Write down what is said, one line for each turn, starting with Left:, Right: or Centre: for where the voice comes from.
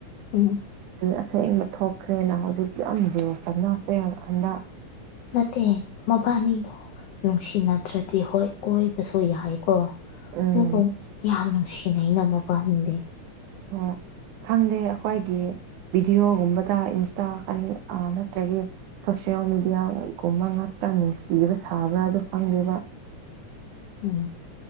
Left: ꯎꯝ
Right: ꯑꯗꯨ ꯑꯁꯦꯡꯕ ꯊꯣꯛꯈ꯭ꯔꯦꯅ ꯍꯧꯖꯤꯛꯇꯤ ꯌꯥꯝ ꯆꯞꯅꯦ ꯍꯟꯗꯛ
Left: ꯅꯠꯇꯦ ꯃꯕꯥꯅꯤꯗꯣ ꯅꯨꯡꯁꯤꯅꯗ꯭ꯔꯗꯤ ꯍꯣꯏ ꯀꯣꯏꯕꯁꯨ ꯌꯥꯏꯀꯣ ꯑꯗꯨꯕꯨ
Right: ꯎꯝ
Left: ꯌꯥꯝ ꯅꯨꯡꯁꯤꯅꯅꯕ ꯄꯥꯅꯤꯡꯗꯦ
Right: ꯍꯣꯏ ꯈꯪꯗꯦ ꯑꯩꯈꯣꯏꯒꯤ ꯚꯤꯗꯤꯑꯣꯒꯨꯝꯕꯗ ꯏꯟꯁꯇꯥ ꯑ ꯅꯠꯇ꯭ꯔꯒꯤ ꯁꯣꯁꯦꯜ ꯃꯦꯗꯤꯌꯥꯒꯨꯝꯕ ꯉꯥꯛꯇ ꯅꯨꯡꯁꯤꯕ ꯁꯥꯕ꯭ꯔꯥ ꯑꯗꯨ ꯈꯪꯗꯦꯕ
Left: ꯎꯝ